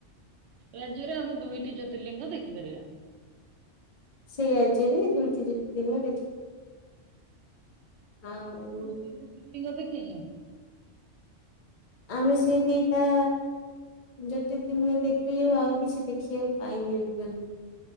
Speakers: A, on the right; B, on the left.
A: ରାଜ୍ୟରେ ଆମେ ଦୁଇଟି ଜ୍ୟୋତିର୍ଲିଙ୍ଗ ଦେଖିପାରିବା।
B: ସେଇ ରାଜ୍ୟରେ ଦୁଇଟି ଜ୍ୟୋତିର୍ଲିଙ୍ଗ ଦେଖ ଆଉ
A: ଆପଣ ସେ ଜ୍ୟୋତିର୍ଲିଙ୍ଗ ଦେଖିଚନ୍ତୀ?
B: ଆମେ ସେ ଦିଟା ଜ୍ୟୋତିର୍ଲିଙ୍ଗ ଦେଖିଲୁ ଆଉ କିଛି ଦେଖିବାକୁ ପାଇନୁ <unintelligible>